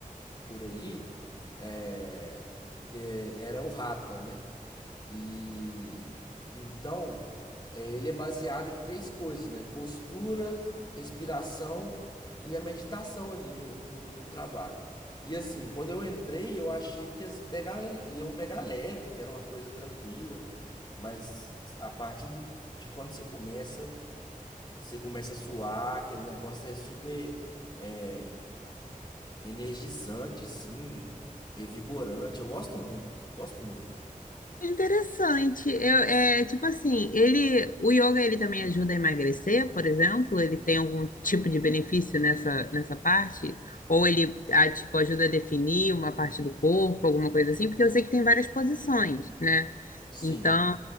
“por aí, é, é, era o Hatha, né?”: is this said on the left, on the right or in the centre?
Left